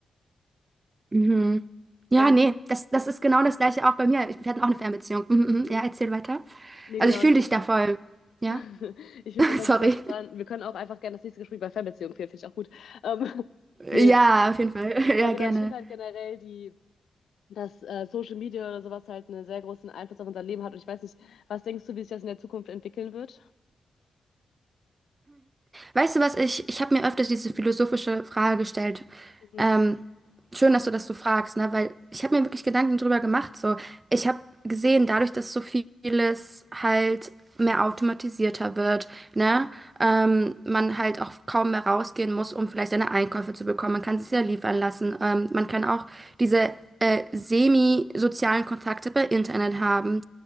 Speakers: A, on the right (about 30°); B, on the left (about 75°).
A: Mhm. Ja,
B: Und
A: nee,
B: ich,
A: das, das ist genau das Gleiche auch bei mir. Ich- Wir hatten auch eine Fernbeziehung. Mhm,
B: mhm.
A: mhm. Ja, erzähl weiter.
B: nee,
A: Also
B: genau,
A: ich
B: und
A: fühle
B: ich,
A: dich
B: find-
A: da voll. Ja,
B: <laughs> ich
A: <laughs>
B: finde es einfach
A: sorry.
B: super spannend. Wir können auch einfach gerne das nächste Gespräch bei Fernbeziehung führen, finde ich auch gut. Ähm, <laughs> nee,
A: Ja, auf jeden Fall. <laughs>
B: aber
A: Ja,
B: genau,
A: gerne.
B: ich finde halt generell die dass äh, Social Media oder sowas halt einen sehr großen Einfluss auf unser Leben hat. Und ich weiß nicht, was denkst du, wie sich das in der Zukunft entwickeln wird?
A: Weißt du was, ich, ich habe mir öfters diese philosophische Frage gestellt.
B: Mhm.
A: Ähm, schön, dass du das so fragst, ne? Weil ich habe mir wirklich Gedanken drüber gemacht. So, ich habe gesehen, dadurch, dass so vieles halt mehr automatisierter wird, ne? Ähm, man halt auch kaum mehr rausgehen muss, um vielleicht seine Einkäufe zu bekommen. Man kann sich ja liefern lassen. Ähm, man kann
B: Mhm.
A: auch diese äh, semi-sozialen Kontakte bei Internet haben.